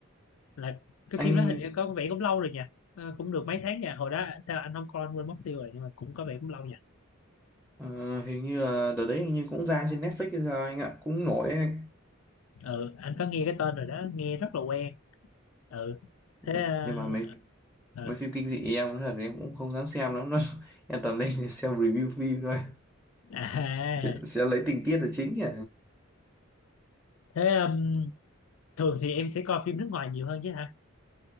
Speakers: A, on the left; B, in the centre.
A: là cái
B: anh
A: phim đó hình như có vẻ cũng lâu rồi nhỉ Ờ, cũng được mấy tháng nha hồi đó sao anh không coi anh quên mất tiêu rồi nhưng mà cũng có vẻ cũng lâu nha
B: Ờ, hình như là đợt đấy hình như cũng ra trên Netflix hay sao anh ạ cũng nổi ấy.
A: ừ anh có nghe cái tên rồi đó nghe rất là quen ừ
B: nhưng,
A: thế à,
B: nhưng mà mấy
A: ờ,
B: mấy phim kinh dị em nói thật là em cũng không dám xem lắm đâu <laughs> em toàn lên <laughs> xem review phim thôi
A: à
B: sẽ, sẽ lấy tình tiết là chính nhỉ
A: thế um, thường thì em sẽ coi phim nước ngoài nhiều hơn chứ hả